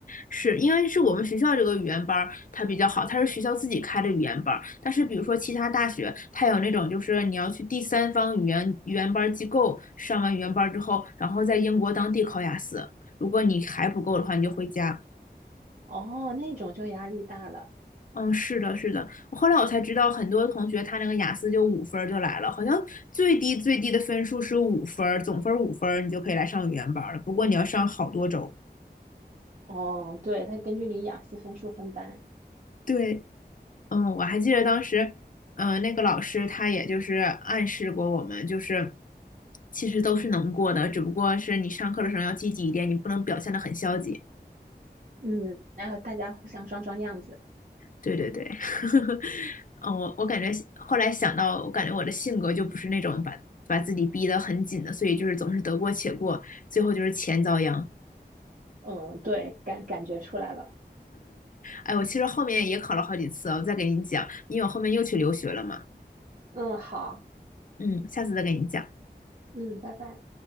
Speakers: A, on the left; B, on the right.
A: 是因为是我们学校这个语言班儿它比较好，它是学校自己开的语言班儿，但是比如说其他大学，它有那种就是你要去第三方语言语言班儿机构上完语言班儿之后，然后在英国当地考雅思，如果你还不够的话，你就回家。
B: 哦，那种就压力大了。
A: 嗯，是的，是的。后来我才知道，很多同学他那个雅思就五分儿就来了，好像最低最低的分数是五分儿，总分儿五分儿，你就可以来上语言班儿了。不过你要上好多周。
B: 哦，对，他根据你雅思分数分班，
A: 对，嗯，我还记得当时，嗯、那个老师他也就是暗示过我们，就是其实都是能过的，只不过是你上课的时候要积极一点，你不能表现得很消极。
B: 嗯，然后大家互相装装样子，
A: 对对对，<laughs> 嗯，我我感觉后来想到，我感觉我的性格就不是那种把把自己逼得很紧的，所以就是总是得过且过，最后就是钱遭殃。
B: 嗯，对，感感觉出来了，
A: 哎，我其实后面也考了好几次啊我再给你讲，因为我后面又去留学了嘛，
B: 嗯，好，
A: 嗯，下次再给你讲。
B: 嗯，拜拜。